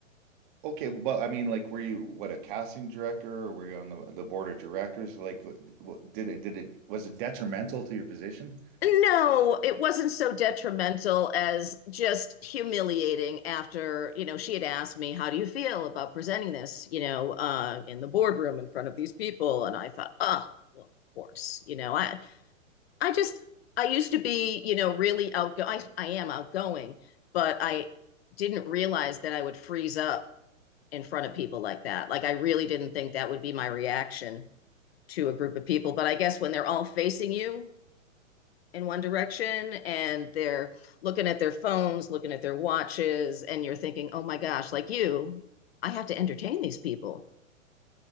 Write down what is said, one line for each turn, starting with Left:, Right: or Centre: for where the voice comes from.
Right: Okay, but I mean, like, were you what a casting director, or were you on the the board of directors? Like, wh- did it did it was it detrimental to your position?
Left: No, it wasn't so detrimental as just humiliating after, you know, she had asked me, How do you feel about presenting this, you know, uh, in the boardroom in front of these people? And I thought, Oh, well, of course, you know, I, I just, I used to be, you know, really outgoing. I, I am outgoing, but I didn't realize that I would freeze up in front of people like that. Like, I really didn't think that would be my reaction to a group of people. But I guess when they're all facing you, in one direction and they're looking at their phones, looking at their watches, and you're thinking, oh my gosh, like you, I have to entertain these people.